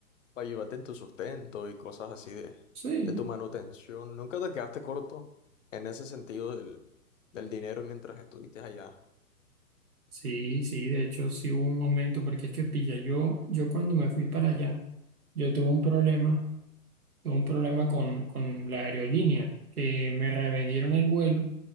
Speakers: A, on the left (about 55°); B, on the right (about 70°).
A: ayudarte en tu sustento y cosas así de,
B: sí.
A: de tu manutención. ¿Nunca te quedaste corto en ese sentido del, del dinero mientras estuviste allá?
B: Sí, sí, de hecho sí hubo un momento, porque es que pilla, yo, yo cuando me fui para allá, yo tuve un problema, tuve un problema con, con la aerolínea, que me revendieron el vuelo